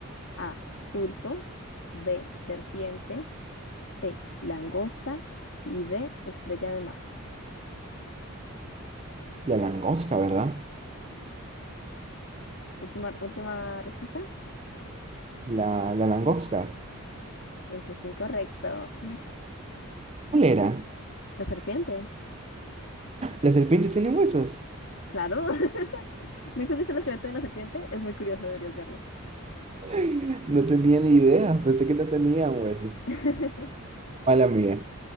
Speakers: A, on the left; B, on the right.
A: A, pulpo, B, serpiente. C, langosta y D, estrella de mar.
B: La langosta, ¿verdad?
A: Última, última respuesta.
B: La, la langosta.
A: Eso es incorrecto.
B: ¿Cuál era?
A: La serpiente.
B: ¿La serpiente tiene huesos?
A: Claro. <laughs> ¿Nunca has visto el esqueleto de una serpiente? Es muy curioso, deberías verlo.
B: <laughs> No tenía ni idea, pensé que no tenían huesos.
A: <laughs>
B: Mala mía.